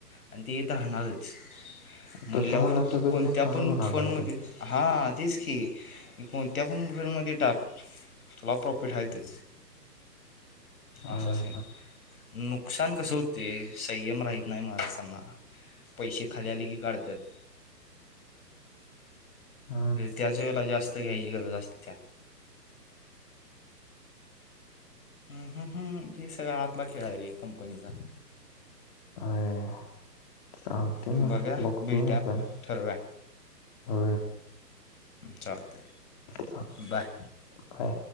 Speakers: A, on the left; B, on the left.
A: आणि ते येत राहणारच म्हणल्यावर
B: तसं म्हणलास
A: तू
B: तर कधी
A: कोणत्या
B: नुकसानच
A: पण
B: होणार
A: फोड
B: नाही
A: मध्ये
B: की.
A: हा तेीच की कोणत्या पण ेरमध्ये टाक तला प्रॉफिट आहेच
B: हं,
A: असंच ये ना नुकसान कस होते संयम राहत नाही माणसांना पैसे खाली आले की काढतात
B: हा
A: त्याच वेळेला जास्त घ्यायची गरज अस त्या ह ह ह हेी सगळ आतला खेळा रे कंपनीचा
B: अरे सांगते
A: बघा
B: म बघतो
A: भेटा
B: मी
A: आपण
B: पण
A: ठरवा
B: हो
A: चालते
B: चालतंय.
A: Bye
B: bye